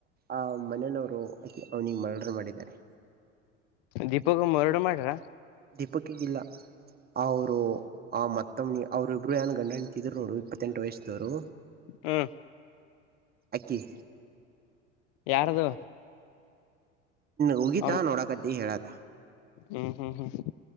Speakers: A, on the right (about 25°); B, on the left (about 45°).
A: ಆ ಅವನಿಗೆ ಮರ್ಡರ್ ಮಾಡಿದ್ದಾರೆ
B: ದೀಪಕ್ರಡ ಮಾಡಾರಾ
A: ದೀಪಕ್ಕಿಗಿಲ್ಲ ಅವರು ಆ ಮತ್ತೊಮ್ಮೆ ಅವರು ಇರು ಏನ್ ಗಂಡಂತಿದ್ರು ನೋಡು ಇಪ್ಪತ್ತೆಂಟು ವಯಸ್ಸದವರು
B: ಹ್ಮ್
A: ಅಕ್ಕಿ
B: ಯಾರ್ದು
A: ಹಗೀಿತ
B: ಅವನು
A: ನೋಡಕತ್ತಿ ಹೇಳತ
B: ಹ್ಮ್ ಹ್ಮ ಹ್ಮ್